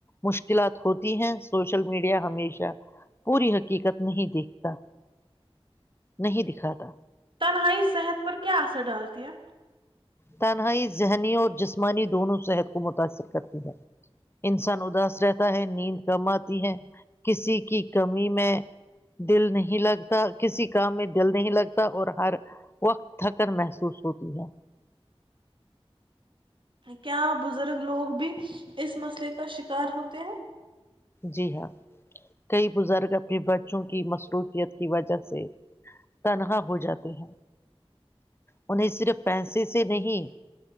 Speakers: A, on the left; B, on the right.
A: مشکلات ہوتی ہیں سوشل میڈیا ہمیشہ پوری حقیقت نہیں دیکھتا نہیں دکھاتا
B: تنہائی صحت پر کیا اثر ڈالتی ہے؟
A: تنہائی ذہنی اور جسمانی دونوں صحت کو متاثر کرتی ہے انسان اداس رہتا ہے نیند کم آتی ہے کسی کی کمی میں دل نہیں لگتا کسی کام میں دل نہیں لگتا اور ہر وقت تھکن محسوس ہوتی ہے
B: کیا بزرگ لوگ بھی اس مسئلے کا شکار ہوتے ہیں
A: جی ہاں کئی بزرگ اپنے بچوں کی مصروفیت کی وجہ سے تنہا ہو جاتے ہیں انہیں صرف پیسے سے نہیں